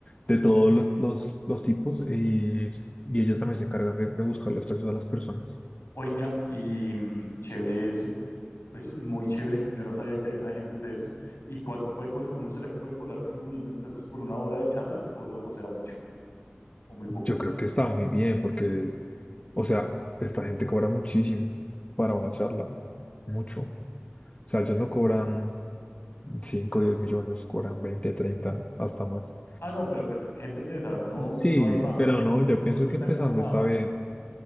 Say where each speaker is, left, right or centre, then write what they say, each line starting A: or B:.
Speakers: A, on the left (about 30°); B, on the left (about 85°).
A: de todos
B: ok.
A: los, los, los tipos. Y, y ellos también se encargan de, de buscar las personas a las personas.
B: Oiga, y mm, chévere eso. Eso Es muy chévere. Yo no sabía que habían agencias de eso. ¿Y cuánto puede cobrar? ¿Uno será que puede cobrar 5 millones de pesos por una hora de charla? ¿O, o será mucho? ¿O muy poco?
A: Yo creo que está muy bien porque, o sea, esta gente cobra muchísimo para una charla, mucho. O sea, ellos
B: Sí.
A: no cobran 5 o 10 millones, cobran 20 30 hasta más.
B: Ah, no, pero pues es que gente tesa. Uno,
A: Sí,
B: uno ahí va.
A: pero no, yo
B: Pero
A: pienso
B: uno
A: que
B: está
A: empezando
B: enfocado.
A: está bien.